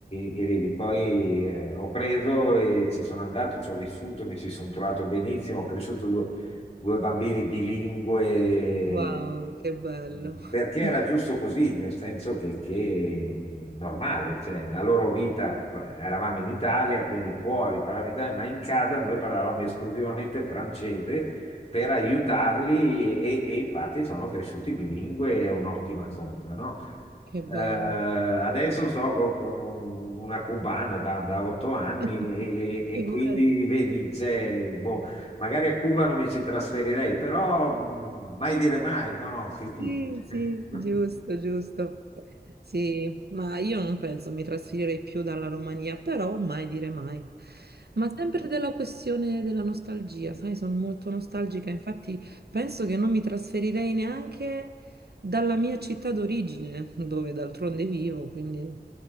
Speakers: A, on the left (about 35°); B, on the right (about 65°).
A: e- e vedi, poi eh, ho preso e ci sono andato, ci ho vissuto, mi ci sono trovato benissimo, ho cresciuto due due bambini bilingue,
B: wow, che bello,
A: mh, perché era
B: <laughs>
A: giusto così, nel senso che, che è normale, cioè la loro vita, eravamo in Italia, quindi fuori parlavamo italiano, ma in casa noi parlavamo esclusivamente francese per aiutarli e, e infatti sono cresciuti bilingue, è un'ottima cosa, no?
B: che bello.
A: Eh, adesso sto co- con, un- una cubana da, da otto anni
B: <laughs>
A: e, e- e
B: Figurati.
A: quindi vedi, c'è, boh, Magari a Cuba non mi ci trasferirei, però mh, mai dire mai, no? Che ti-
B: Sì,
A: <laughs>
B: sì, giusto, giusto. Sì, ma io non penso mi trasferirei più dalla Romania, però mai dire mai. Ma sempre della questione della nostalgia, sai, sono molto nostalgica, infatti penso che non mi trasferirei neanche dalla mia città d'origine, dove d'altronde vivo, quindi...